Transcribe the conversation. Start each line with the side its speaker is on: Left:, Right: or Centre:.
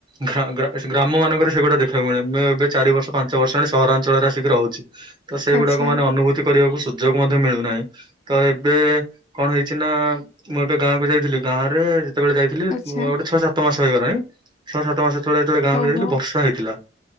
Right: ଗ୍ରା-ଗ୍ରା-ଗ୍ରାମ ମାନଙ୍କରେ ସେଗୁଡା ଦେଖିବାକୁ ମିଳେ, ମୁଁ ଏବେ ଚାରି ବର୍ଷ ପାଞ୍ଚ ବର୍ଷ ଆଣି ସହରାଞ୍ଚଳରେ ଆସିକି ରହୁଛି। ତ ସେଇଗୁଡାକ
Left: ଆଚ୍ଛା
Right: ମାନେ ଅନୁଭୂତି କରିବାକୁ ସୁ ସୁଯୋଗ ମଧ୍ୟ ମିଳୁନାହିଁ, ତ ଏବେ କଣ ହେଇଛି ନା ମୁଁ ଏବେ ଗାଁ କୁ ଯାଇଥିଲି ଗାଁ ରେ ସେତେବେଳେ ଯାଇଥିଲି
Left: ଆଚ୍ଛା
Right: ଗୋଟେ ଛଅ ସାତ ମାସ ହେଇଗଲାଣି, ଛଅ ସାତ ମାସ ତଳେ ଯେତେବେଳେ ଗାଁକୁ
Left: ଓହୋ
Right: ଯାଇଥିଲି ବର୍ଷା ହେଇଥିଲା।